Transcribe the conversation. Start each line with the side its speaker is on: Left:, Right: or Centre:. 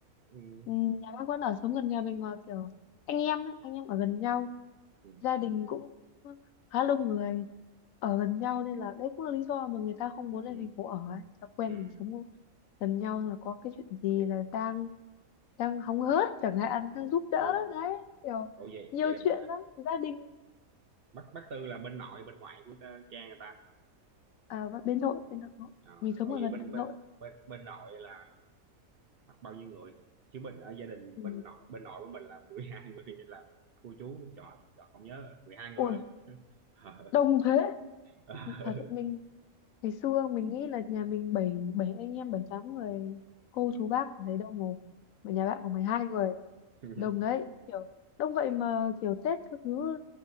Right: ừ,
Left: ừ, nhà bác vẫn ở sống gần nhà mình mà kiểu anh em ấy, anh em ở gần nhau
Right: ừ, ừ,
Left: gia đình cũng khá đông người ở gần nhau nên là đấy cũng là lý do mà người ta không muốn
Right: ừ.
Left: lên thành phố ở ấy, người ta quen
Right: ừ, ừ.
Left: sống gần nhau rồi có cái chuyện gì
Right: ồ
Left: là Giang Giang hóng hớt chẳng hạn
Right: ừ,
Left: Giang giúp đỡ
Right: ồ
Left: đấy kiểu
Right: ồ vậy
Left: nhiều
Right: vậy là
Left: chuyện
Right: bà
Left: lắm gia đình
Right: bác bác Tư là bên nội bên ngoại của ờ, Trang người ta
Left: à, và bên nội bên nội nội.
Right: Ờ,
Left: mình sống
Right: ồ
Left: ở
Right: vậy
Left: gần
Right: bên
Left: Hà Nội
Right: bên bên bên nội là hoặc bao nhiêu người chứ mình ở gia đình
Left: ừ.
Right: bên nội bên nội của mình là 12 <laughs> người nên là cô chú trời, trời không nhớ 12 người
Left: ui
Right: lận <laughs> Ờ,
Left: đông thế
Right: Ờ.
Left: thật sự mình ngày xưa mình nghĩ là nhà mình bảy bảy anh em bảy tám người cô
Right: ừ,
Left: chú bác ở đấy đông rồi mà
Right: ừ.
Left: nhà bạn có mười hai người
Right: Ừ,
Left: đông đấy kiểu đông vậy mà kiểu Tết các thứ